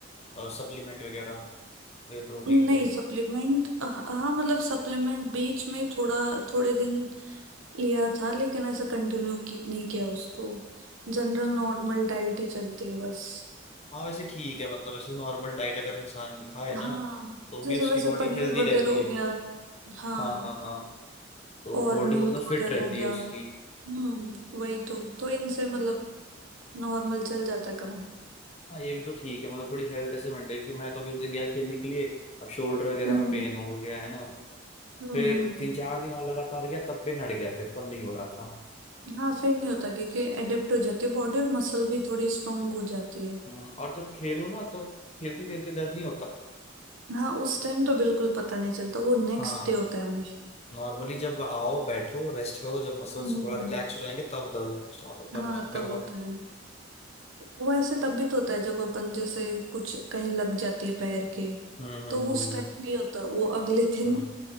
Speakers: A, on the left (about 30°); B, on the right (about 80°).
A: और सप्लीमेंट वगैरह वे प्रोटीन
B: नहीं
A: टाइप
B: सप्लीमेंट हाँ मतलब सप्लीमेंट बीच में थोड़ा थोड़े दिन लिया था लेकिन ऐसा कंटिन्यू की, नहीं किया उसको जनरल नॉर्मल डाइट ही चलती है बस
A: हाँ वैसे ठीक है मतलब वैसे नॉर्मल डाइट अगर इंसान भी खाए
B: हाँ
A: ना तो
B: जैसे
A: भी उसकी
B: वैसे
A: बॉडी
B: पनीर
A: हेल्दी
B: वगैरह
A: रहती
B: हो
A: है
B: गया हाँ
A: हाँ हाँ हाँ तो
B: और
A: बॉडी
B: मिल्क
A: मतलब फिट
B: वगैरह
A: रहती
B: हो गया
A: है उसकी
B: हम्म वही तो तो इनसे मतलब नॉर्मल चल जाता है काम
A: हाँ ये भी तो ठीक है मतलब थोड़ी हेल्थ ऐसे मेंटेन क्योंकि मैं तो अभी उस दिन गया खेलने के लिए अब शोल्डर वगैरह
B: हम्म
A: में पेन हो गया है ना
B: हम्म
A: फिर
B: हम्म।
A: तीन चार दिन और लगातार गया तब पेन हट गया फिर तब नहीं हो रहा
B: हाँ फिर नहीं होता क्योंकि एडेप्ट हो जाती है बॉडी और मसल भी थोड़ी स्ट्रांग हो जाती है
A: हम्म, और जब खेलो ना तब खेलते खेलते दर्द नहीं होता
B: हाँ उस टाइम तो बिल्कुल पता नहीं चलता वो नेक्स्ट
A: हाँ
B: डे होता है हमेशा
A: नॉर्मली जब आओ बैठो रेस्ट करो जब मसल्स
B: हम्म
A: थोड़ा रिलैक्स हो जाएंगे तब दर्द होना स्टार्ट होता
B: हाँ
A: है मैंने
B: तब
A: करवा
B: होता
A: लो
B: है वो ऐसे तब भी तो होता है जब अपन जैसे कुछ कहीं लग जाती है पैर के
A: हम्म हम्म
B: तो वो
A: हम्म
B: उस
A: हम्म,
B: टाइम नहीं होता वो अगले <laughs> दिन
A: हम्म,